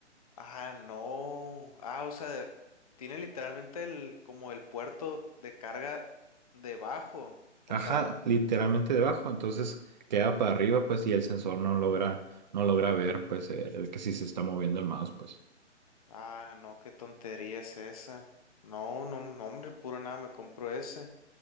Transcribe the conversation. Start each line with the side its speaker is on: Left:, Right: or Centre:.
Left: Ah, no. Ah, o sea, de- tiene literalmente el, como el puerto de carga debajo. O
Right: Ajá,
Left: sea,
Right: literalmente debajo, entonces queda para arriba pues y el sensor no logra no logra ver pues eh, que si se está moviendo el mouse pues.
Left: ah, no, qué tontería es esa. No, no, no, hombre, puro nada, me compro ese.